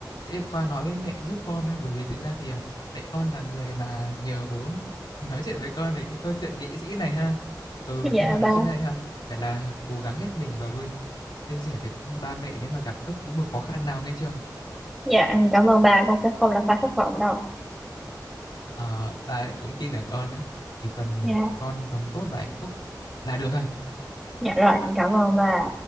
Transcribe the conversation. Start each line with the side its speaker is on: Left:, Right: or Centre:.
Left: sẽ qua nói với mẹ giúp con ha, bởi vì thực ra thì, à, mẹ con là người mà nhờ bố nói chuyện với con về cái câu chuyện nghệ sĩ này ha. Ừ,
Centre: dạ
Left: nhưng mà nói
Centre: ba
Left: chung đây ha, phải là cố gắng hết mình và luôn chia sẻ với, ba mẹ nếu mà gặp bất cứ một khó khăn nào, nghe chưa?
Centre: dạ em cảm ơn ba con sẽ không làm ba thất vọng đâu
Left: Ờ, ba cũng tin ở con á, chỉ cần
Centre: dạ
Left: con sống tốt và hạnh phúc là được ha.
Centre: dạ rồi em cảm ơn ba